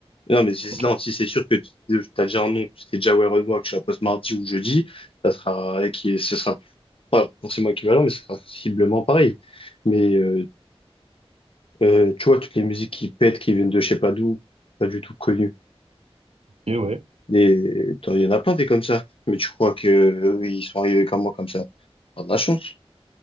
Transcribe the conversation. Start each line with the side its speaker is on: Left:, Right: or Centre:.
Left: Non, mais si,
Right: ok.
Left: non, si c'est sûr que tu- euh, t'as déjà un nom, tu t'es déjà aware of moi, que je la poste mardi ou jeudi, ça sera, et qui, ce sera pas forcément équivalent, mais ce sera sensiblement pareil. Mais euh, Euh, tu vois, toutes les musiques qui pètent, qui viennent de je sais pas d'où, pas du tout connues.
Right: Et ouais.
Left: Des... t'en- Il y en a plein des comme ça. Mais tu crois que euh, ils sont arrivés comme moi, comme ça? T'as de la chance.